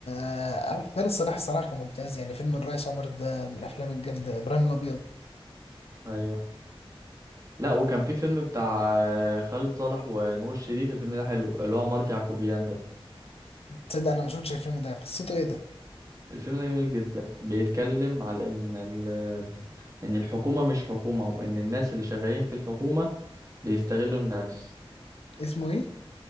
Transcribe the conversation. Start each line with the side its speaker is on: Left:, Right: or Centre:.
Left: آه، خالد صلاح الصراحة كان ممتاز يعني فيلم الريس عمر ده من الأفلام الجامدة إبراهيم الأبيض
Right: ايوه لا وكان في فيلم بتاع آه، خالد صالح ونور الشريف الفيلم ده حلو اللي هو عمارة يعقوبيان ده
Left: تصدق أنا ما شفتش الفيلم ده قصته ايه ده
Right: الفيلم ده جميل جدا بيتكلم على ان ال... ان الحكومة مش حكومة وان الناس اللي شغالين في الحكومة بيستغلوا الناس
Left: اسمه ايه؟